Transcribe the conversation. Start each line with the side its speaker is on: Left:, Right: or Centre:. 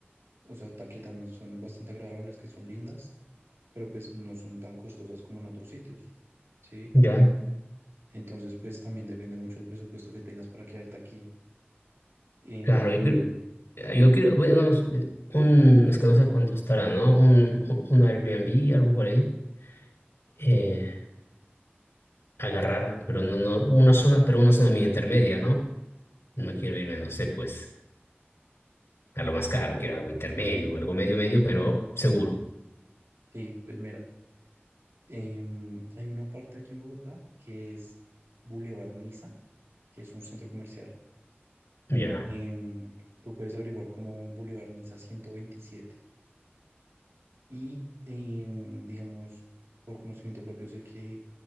Right: o sea, ta- que también son bastante agradables, que son lindas, pero pues no son tan costosas como en otros sitios, ¿sí?
Left: Ya,
Right: Entonces, pues también depende mucho el presupuesto que tengas para quedarte aquí. Em,
Left: claro, yo quiero, yo quiero, bueno, es- un, es que no sé cuánto estará, ¿no? Un, un Airbnb, algo por ahí. Eh, agarrar, pero no, no, una zona, pero una zona medio intermedia, ¿no? No quiero irme, no sé, pues, a lo más caro, quiero algo intermedio, algo medio medio, pero seguro.
Right: Sí, pues mira, em, hay una parte aquí en Bogotá que es Boulevard Niza, que es un centro comercial.
Left: Ya,
Right: Em, tú puedes averiguar como Boulevard Niza ciento veintisiete Y em, digamos, por conocimiento propio sé que